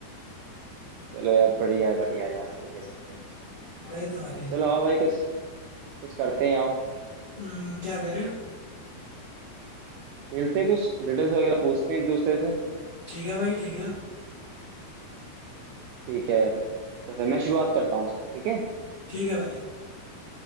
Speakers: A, on the right (about 85°); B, on the left (about 80°).
A: चलो यार बढ़िया है बढ़िया है यार सही है सही है
B: वही तो
A: हाँ
B: भाई
A: चलो आओ भाई कुछ कुछ करते हैं आओ
B: हम्म, क्या करें
A: खेलते हैं कुछ रिडल्स वगैरह पूछते हैं एक दूसरे से
B: ठीक है भाई ठीक है
A: ठीक है तो फिर मैं शुरुआत करता हूँ इस बार ठीक है
B: ठीक है भाई